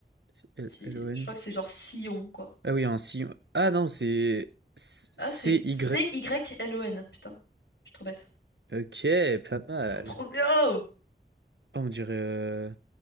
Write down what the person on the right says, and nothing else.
S-I-L-L-O-N.
Ah oui, un Sillon. Ah non, c'est C-
y
Ok, pas mal.
Ah, on dirait. euh,